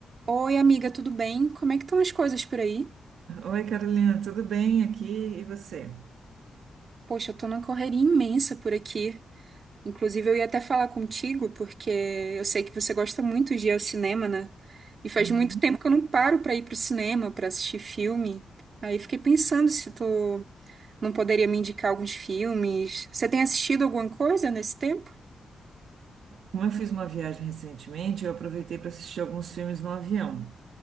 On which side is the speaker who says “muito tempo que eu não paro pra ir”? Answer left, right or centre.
Right